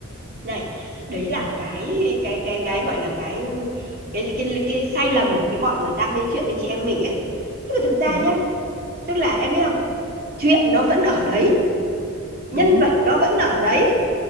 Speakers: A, on the right; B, on the left.
A: này đấy là cái cái cái cái gọi là cái cái cái cái sai lầm của cái bọn mà đam mê chuyện như chị em mình ấy tức là thực ra
B: đúng
A: nhá
B: rồi
A: tức là em biết không chuyện nó vẫn ở đấy
B: đúng
A: nhân vật nó vẫn ở đấy